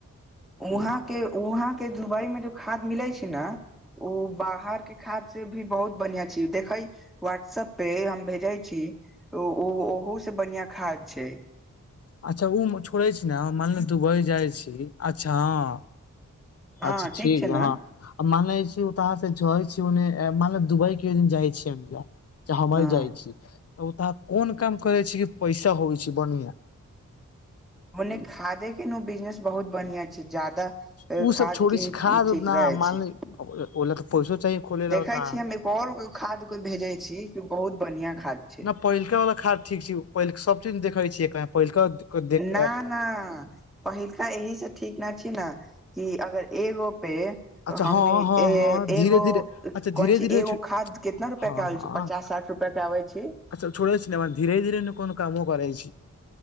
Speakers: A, in the centre; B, on the left.
A: वहाॅंकेॅं, वहाॅंकेँ दुुबईमे जो खाद मिलै छै ने- ओ बाहर वके खादसे भी बहुत बढ़ियाॅं छै देखैय - व्हाट्सएप पे हम भेजै छी ओ ओहोसे बढ़ियाॅं खाद छै।
B: अच्छा ओमे होइ छोड़े छी ने मानलू दुबई जाइ छी अच्छा हँ,
A: हँ
B: अच्छा ठीक
A: छै
B: बा
A: ने
B: हँ आ मने छै <unintelligible> ओ त से झ छीने मान दुबई क दिन जाइ छी य तॅं हमही
A: हँ
B: जाइ छी तॅं ओतऽ कोन काम करै छी की पैसा होइ छै बढ़ियाॅं? <inaudible>
A: ओने खादेके ने बिजनेस बहुत बढ़ियाॅं छै ज्यादा
B: उ
A: खादके
B: सब छोड़ी छै
A: हीं
B: खाद
A: ठीक
B: उद न
A: रहै
B: मानले
A: छै।
B: ओला तऽ पैसो चाही खोले
A: देखै
B: ला ओता
A: छी हम एक और खादके भेजै छी, बहुत बढ़ियाॅं खाद छै।
B: नहि पहिलका वला खाद ठीक छै, पहिलका सभ चीज देखै छियै न पहिलका- देख
A: ना, ना पहिलका एहिसे ठीक ना छी ना कि अगर एगो पे
B: अच्छा
A: हम
B: हँ
A: ए
B: हँ हँ धीरे
A: एगो
B: धीरे अच्छा धीरे
A: कोन ची
B: धीरे
A: एगो खाद कितना रुपआ
B: हँ
A: के आबै
B: हँ
A: छै? पचास साठ रूपआ कऽ कऽ आबै छी।
B: अच्छा छोड़ै छ ने धीरे-धीरे कोनो काम करै छी